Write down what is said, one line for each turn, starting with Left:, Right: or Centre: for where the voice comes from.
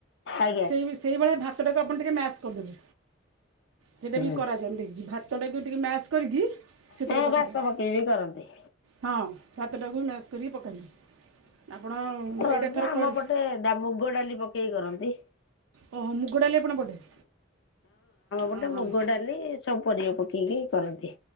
Left: ଆଜ୍ଞା
Right: ସେଇ ଭଳିଆ ଭାତ ତା ଟାକୁ ଟିକେ ମ୍ୟାସ କରିଦେବେ ସେଇଟା
Left: ହୁଁ।
Right: ବି କରାଯାଏ ମୁଗ ଡାଲି ଟିକି ମ୍ୟାଚ କରିକି ସେଥିରେ
Left: ହଁ
Right: ପକାଇଦେବେ
Left: ଭାତ ପକେଇ ବିି କରନ୍ତି।
Right: ହଁ ଭାତଟାକୁ ମ୍ୟାଚ କରିକି ପକେଇ ଦେବ। ଆପଣ
Left: କରନ୍ତି
Right: ଏଇଟା ଥରେ
Left: ଆମ
Right: କରି
Left: ପଟେ ଡା ମୁଗ ଡାଲି ପକେଇକି କରନ୍ତି।
Right: ହଁ ମୁଗ ଡ଼ାଲି ଆପଣ ପଟେ
Left: ଗୋଟେ
Right: ହଁ ହଁ
Left: ମୁଗ ଡାଲି ସବୁ ପରିବା ପକେଇକି କରନ୍ତି।